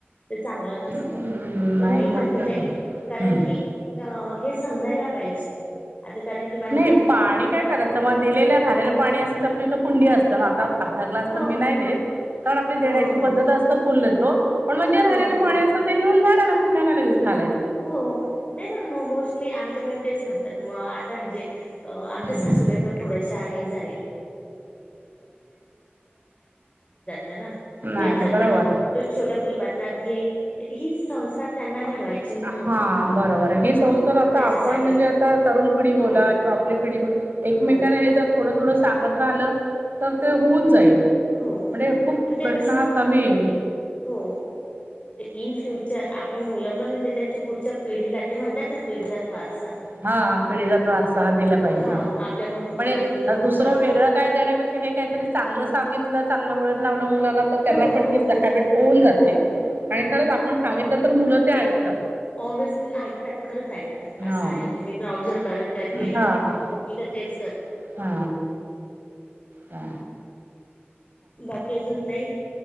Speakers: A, on the left; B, on the right.
A: ते चांगलं नसतं
B: हम्म,
A: पण
B: नाही
A: मी म्हणते
B: मोठं
A: नाही
B: हम्म.
A: कारण की अं हे समजायला पाहिजे आता कारण की माझ्याकडे
B: नाही
A: पुत्णी
B: पाणी काय करायचं मग दिलेलं रालेलं पाणी असतं ते आपल्या इथं कुंडी असतं ना आता अर्धा ग्लास
A: हो
B: तर मी नाही देत कारण आपल्या देण्याची
A: हो हो
B: पद्धत असत करतं पण मग जे रालेले
A: हो हो
B: पाणी असत ते नऊन झाड ना कुंड्याला लगच घालायच
A: हो नाही पण म मग मोस्टली आमच्याकडे तेच म्हणतात म आता म्हणजे अ आमच्या
B: हम्म.
A: सासूबाई पण थोड्याशा आहे हे झा हाना
B: नाही
A: वेस्ट जाते
B: नाही बरोबर
A: ना तो छोट्या फुलपात्रात घे ही संस्कार त्यांना घडवायचे म्हणून
B: हा बरोबर आहे हे
A: हा
B: संस्कार आता
A: त्याच्यासाठी
B: आपण म्हणजे आता तरुण पिढी बोला
A: हो
B: किंवा आपली पिढी बोला एकमेकांना
A: हो
B: हे जर थोडं थोडं सांगत राहिलं तर ते होऊन जाईल
A: हो
B: म्हणजे खूप प्रश्न
A: कसं
B: हा कमी येईल
A: हो इन फ्युच चर आपली मुलं पण म्हणजे त्यांच्या पुढच्या पिढीला ते म्हणतात ना पिढी त्रास
B: हा पिढीला तो वारसा हा दिला पाहिजे
A: ह
B: हा
A: आपल्याकडून पुढे
B: पण
A: पुढं
B: दुसरं
A: असं
B: वेगळं काय देण्यापेक्षा हे काहीतरी चांगलं सांगितलं चांगलं वळण लाव लं त्यांना
A: हो
B: पण
A: हो
B: ती
A: हो
B: चटापट होऊन जाते
A: हो
B: खरंच आपण सांगितलं तर मुलं ते ऐकतात
A: ऑबिसली ऐकतात खरच ऐकतात
B: हा
A: असं आहे म्हणजे मित्र ऑब्झर्व खरच काय केला
B: हा
A: ना
B: हा
A: मी तर तेच कर
B: हा ह
A: बाकी अजून काही